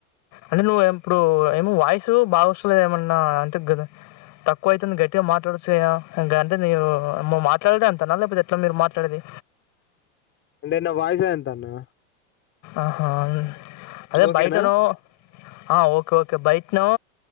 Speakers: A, on the left; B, on the left.
A: అంటే నువ్వు ఇప్పుడు ఏమో వాయిసు బాగా వస్సలేదు ఏమన్నా అంటే గదా తక్కువ అయితుంది గట్టిగా మాట్లాడచ్చయా ఇంకా అంటే నేను మాట్లాడే అంత అన్నా లేకపోతే ఎట్ల మీరు మాట్లాడేది
B: అంటే నా వాయిసె అంత అన్నా
A: ఆహా అదే
B: ఓకేనా
A: బయటనో ఆ ఓకే ఓకే బయటనో